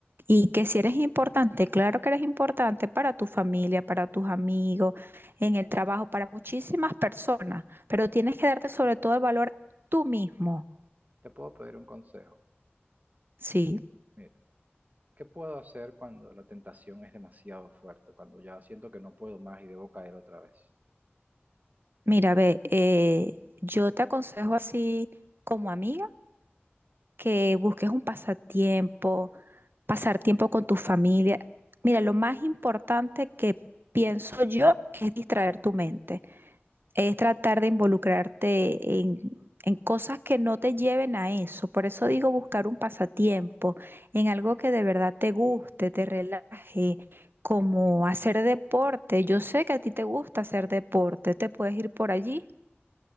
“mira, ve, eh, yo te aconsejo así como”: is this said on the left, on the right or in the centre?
Right